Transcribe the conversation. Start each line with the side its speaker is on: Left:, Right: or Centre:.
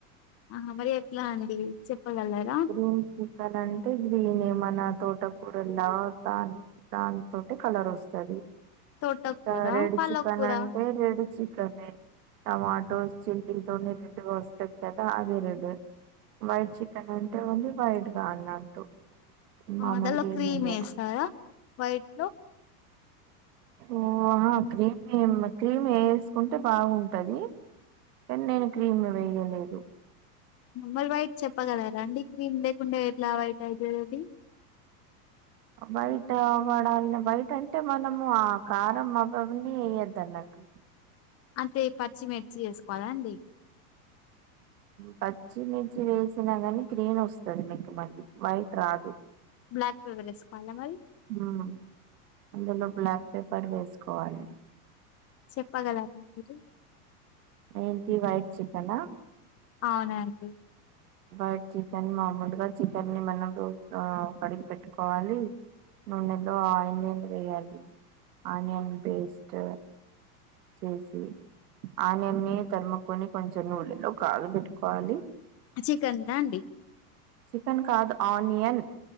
Left: ఆహా మరి ఎట్లా అండి చెప్పగలరా?
Right: ఇప్పుడు గ్రీన్ చికెన్ అంటే గ్రీన్ ఏమనా తోట ఇప్పు లా తాన్ దానితోటె కలర్ వస్తది
Left: తోటకూర,
Right: ఇంకా రెడ్
Left: పాలకూర
Right: చికెన్ అంటే రెడ్ చికెన్ తోనే టమాటోస్ చిల్లీతోనే రెడ్ వస్ చోపెద అది రెడ్ వైట్ చికెన్ అంటే ఓలీ వైట్ గా అన్నట్టు మామూలుగా
Left: ఆ దాలో క్రీమ్
Right: ఏం వేయను
Left: ఏస్తారా వైట్ లో
Right: ఉహు ఆహా క్రీమ్ ఏమ్ క్రీమ్ ఎసుకుంటే బాగుంటది కానీ నేను క్రీమ్ వేయలేదు
Left: మరి వైట్ చెప్పగలరా అండి క్రీమ్ లేకుండా ఎట్లా వైట్ ఐయితది అది
Right: వైట్ పడాలని వైట్ అంటే మనము ఆ కారం అవవన్నీ వెయ్యొద్దు అన్నట్టు
Left: అంతే పచ్చిమిర్చి ఏసుకోవాలాండి
Right: పచ్చిమిర్చి వేసినా కాని గ్రీన్ వస్తది మీకు మళ్ళీ వైట్ రాదు
Left: బ్లాక్కుపెప్పర్ ఏసుకోవాలా మరి
Right: ఉమ్ అందులో బ్లాక్ పేపర్ వేసుకోవాలి
Left: చెప్పగలరా మీరు
Right: ఏంటి వైట్ చికెనా
Left: అవునండి
Right: వైట్ చికెన్ మాముూలుగా చికెన్ ని మనం ఆ కడిగి పెట్టుకోవాలి నూనే లో ఆనియన్ వేయాలి ఆనియన్ పేస్ట్ చేసి ఆనియన్ నీ తరుముకొని కొంచెం నూనెలో కాగబెట్టుకోవాలి
Left: చికెన్ దా అండి
Right: చికెన్ కాదు ఆనియన్